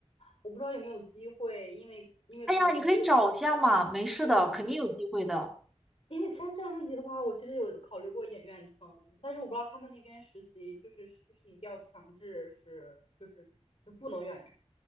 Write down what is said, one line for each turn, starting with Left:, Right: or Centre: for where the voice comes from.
Left: 我不知道有没有机会，因为因为可能就
Centre: 哎呀，你可以找一下嘛，没事的，
Left: 呃，
Centre: 肯定有机会的。
Left: 因为签证问题的话，我其实有考虑过远远程，但是我不知道他们那边实习就是是不是一定要强制是就是就不能远程，